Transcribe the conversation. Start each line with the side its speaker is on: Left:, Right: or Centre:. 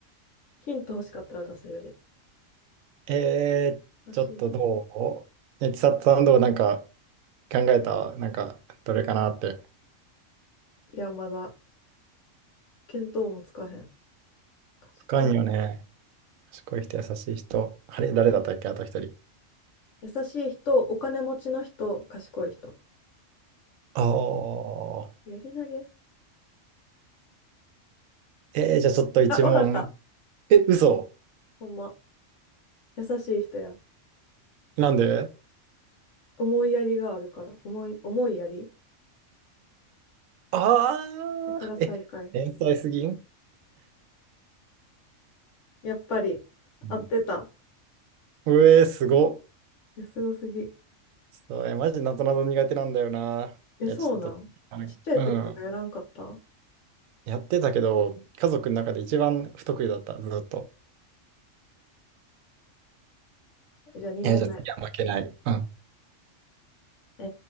Left: ヒント欲しかったら出せるで。
Right: う。えー、
Left: 優しい。
Right: ちょっとどうえ、千里さんどうなんか考えたなんか、どれかなって。
Left: いや、まだ、見当もつかへん。賢い人。
Right: 深いよね。賢い人、優しい人。あれ、誰だったっけあと一人。
Left: 優しい人、お金持ちの人、賢い人。
Right: ああ。
Left: やり投げ
Right: えー、じゃあちょっと一問。
Left: あ、わかった。
Right: え、嘘。
Left: ほんま。優しい人や。
Right: なんで
Left: 思いやりがあるから。思い、思いやり
Right: ああー、
Left: だから最下位。
Right: え、天才すぎん
Left: やっぱり、
Right: うん
Left: 合ってた。
Right: うえー、すごっ。
Left: いや、すごすぎ。
Right: そう、え、マジなぞなぞ苦手なんだよな。
Left: え、
Right: いや、
Left: そうなんちっちゃい時とかやらんかった
Right: ちょっと、はいうん。やってたけど、家族の中で一番不得意だった、ずっと。
Left: えじゃあ2問目。
Right: え、じゃあ次は負けない。うん。
Left: え